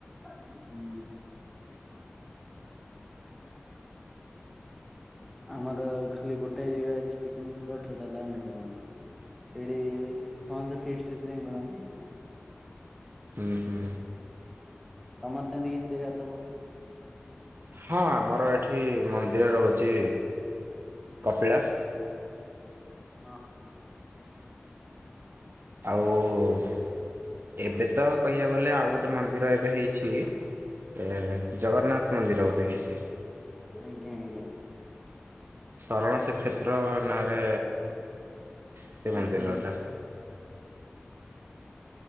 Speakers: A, in the centre; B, on the right (about 55°).
A: ହୁଁ। ଆମର ଖାଲି ଗୋଟେ ଜାଗା ଅଛି ପିକନିକ ସ୍ପଟ ସେଟା ହେଲା ନେହେରୁ <unintelligible> ସେଇଠି ସମସ୍ତେ ଫିସ୍ଟି ପିସ୍ଟି ଯାଇ କରନ୍ତି।
B: ଓହୋ।
A: ତମର ସେମିତି କିଛି ଜାଗାଥିବ।
B: ହଁ ଆମର ଏଠି ମନ୍ଦିର ରହୁଛି କପିଳାସ।
A: ହଁ ହଁ।
B: ଆଉ ଏବେ ତ କହିଆକୁ ଗଲେ ଆଉ ଗୋଟେ ମନ୍ଦିର ଏବେ ହେଇଚି ଏ ଜଗନ୍ନାଥ ମନ୍ଦିର ଗୋଟେ ହେଇଚି।
A: ଆଜ୍ଞା ଆଜ୍ଞା
B: ଶରଣ ଶ୍ରୀ କ୍ଷେତ୍ର ନାଁରେ ସେ
A: ହୁଁ
B: ମନ୍ଦିର
A: ହୁଁ
B: ଟା।